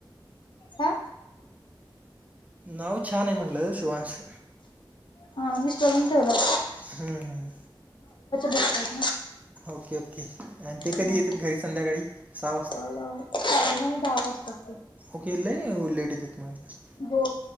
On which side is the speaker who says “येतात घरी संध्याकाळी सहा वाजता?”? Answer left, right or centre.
Right